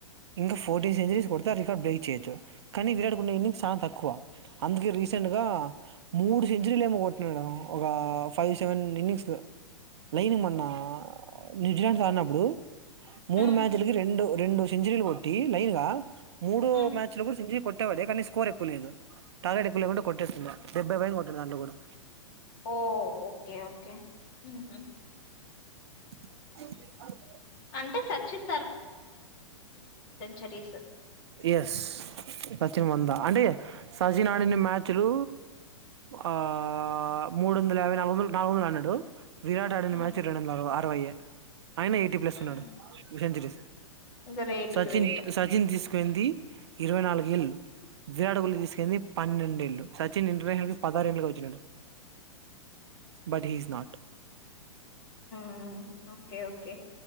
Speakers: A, on the right; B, on the left.
A: ఇంకా ఫోర్టీన్ సెంచరీస్ కొడితే రికార్డు బ్రేక్ చేయొచ్చు కానీ విరాట్ కోహ్లీ ఇన్నింగ్స్ చాలా తక్కువ అందుకే రీసెంట్ గా మూడు సెంచరీలు ఏమో కొట్టిన్నాడు ఒక ఫైవ్ సెవెన్ ఇన్నింగ్స్ లైనింగ్ మన్న న్యూజిలాండ్ ఆడినప్పుడు మూడు
B: ఉమ్
A: మ్యాచ్లకి రెండు రెండు సెంచరీలు కొట్టి లైన్ గా మూడు
B: ఉమ్
A: మ్యాచ్లు కూడా సెంచరీ కొట్టేవాడే కానీ స్కోర్ ఎక్కువ లేదు టార్గెట్ ఎక్కువ లేకుంటె కొట్టేస్తుండే డెబ్బై పై కొంది దాంలో కూడా
B: ఓ ఓకే ఓకే ఉహు
A: <inaudible>
B: అంటే సచిన్ చరీస్
A: ఎస్ సచిన్ వంద అంటే సచిన్ ఆడిన మ్యాచ్లు ఆ మూడు వందల యాభై నాలుగు వందలు నాలుగు వందలు అనడినాడు విరాట్ అడిన
B: ఉమ్
A: మచ్ రెండు వందలు అరవయ్య ఆయన ఎయిటీ ప్లస్
B: ఉమ్
A: ఉన్నాడు సెంచరీస్
B: గ్రేట్
A: సచిన్
B: గ్రేట్
A: ఈ ఇప్పుడు సచిన్ తీసు ఏందీ ఇరవై నాలుగు ఏళ్ళు విరాట్ కోహ్లీ తీసుకెలింది పన్నెండేళ్లు సచిన్ ఇంటర్నేషనల్ కి పదహారేండ్లకి వచ్చినాడు but he's not
B: um okay okay